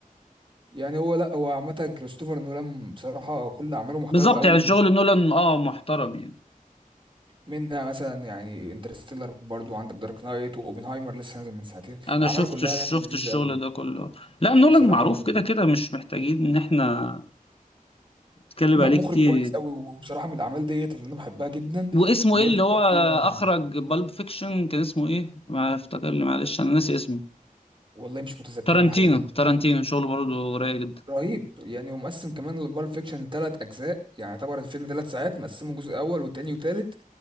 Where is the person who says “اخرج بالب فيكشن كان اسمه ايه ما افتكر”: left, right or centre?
Left